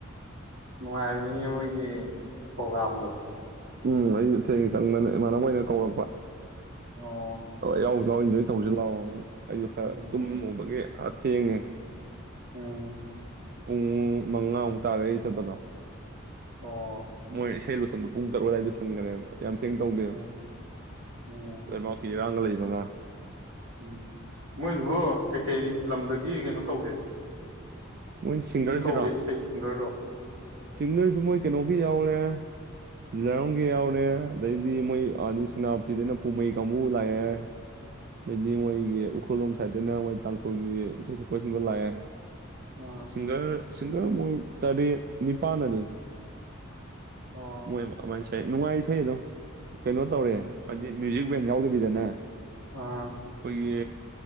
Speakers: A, on the right (about 70°); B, on the right (about 45°).
A: ꯅꯨꯡꯉꯥꯏꯕꯅꯤꯅꯦ ꯃꯣꯏꯒꯤ ꯄ꯭ꯔꯣꯒꯥ꯭ꯔꯥꯝꯗꯣ
B: ꯎꯝ ꯑꯩꯁꯨ ꯊꯦꯡꯉꯦ ꯆꯪꯗꯅ ꯏꯃꯥꯟꯅꯕꯣꯏꯅ ꯀꯧꯔꯛꯄ
A: ꯑꯣ
B: ꯌꯥ ꯁꯅꯥ ꯇꯧꯁꯨ ꯂꯥꯎꯑꯣ ꯑꯩꯁꯨ ꯈꯔ
A: ꯎꯝ
B: ꯇꯨꯝꯃꯨꯕꯒꯤ ꯀꯥ ꯊ ꯌꯦꯉꯦ
A: ꯎꯝ
B: ꯄꯨꯡ ꯃꯉꯥꯃꯨꯛ ꯇꯥꯔꯦ ꯑꯩ ꯆꯠꯄꯗꯣ
A: ꯑꯣ
B: ꯃꯣꯏ ꯆꯥꯏ ꯂ ꯄꯨꯡ ꯇꯔꯨꯛ ꯑꯗꯨꯏꯗꯣꯏꯟꯒꯅꯦꯕ ꯌꯥꯝ ꯊꯦꯡ ꯇꯧꯗꯦꯕ
A: ꯎꯝ ꯎꯝ
B: ꯂꯩꯕꯥꯛꯀꯤ ꯏꯔꯥꯡ ꯂꯩ ꯀꯪꯂꯉꯥ
A: ꯎꯝ ꯃꯣꯏꯗꯨꯕꯨ ꯀꯩꯀꯩ ꯂꯝꯗꯒꯤ ꯀꯩꯅꯣ ꯇꯧꯒꯦ
B: ꯃꯣꯏ ꯁꯤꯡꯒꯔꯁꯤꯔ
A: ꯃꯤ ꯀꯧꯒꯦ ꯏꯁꯩ ꯁꯤꯡꯒꯔꯗꯣ
B: ꯁꯤꯡꯒꯔꯁꯤ ꯃꯣꯏ ꯀꯩꯅꯣ ꯌꯥꯎꯔꯦ ꯖꯤꯂꯥꯏꯔꯣꯝꯒꯤ ꯌꯥꯎꯔꯦ ꯑꯗꯩꯗꯤ ꯃꯣꯏ ꯑꯩ ꯁꯦꯅꯥꯄꯇꯤꯗꯅ ꯄꯃꯩ ꯀꯥꯡꯕꯨ ꯂꯥꯛꯑꯦ ꯑꯗꯩꯗꯤ ꯃꯣꯏꯒꯤ ꯎꯈ꯭ꯔꯨꯜꯂꯣꯝ ꯁꯥꯏꯠꯇꯩꯅ ꯃꯣꯏ ꯇꯥꯡꯈꯨꯜꯒꯤ ꯏꯁꯩ ꯁꯛꯄ ꯁꯤꯡꯒ ꯂꯥꯛꯑꯦ
A: ꯑ
B: ꯁꯤꯡꯒꯔ ꯁꯤꯡꯒꯔ ꯃꯣꯏ ꯇꯔꯦꯠ ꯅꯤꯄꯥꯟ ꯑꯗꯨ
A: ꯑꯣ
B: ꯃꯣꯏ ꯑꯗꯨꯃꯥꯏꯅ ꯁ ꯅꯨꯡꯉꯥꯏ ꯏꯁꯩ ꯑꯗꯨꯝ ꯀꯩꯅꯣ
A: ꯎꯝ
B: ꯇꯧꯔꯦ ꯍꯥꯏꯗꯤ ꯃ꯭ꯌꯨꯖꯤꯛ ꯕꯦꯟ ꯌꯥꯎꯗꯕꯤꯗꯅꯦ
A: ꯑꯥ
B: ꯑꯩꯈꯣꯏꯒꯤ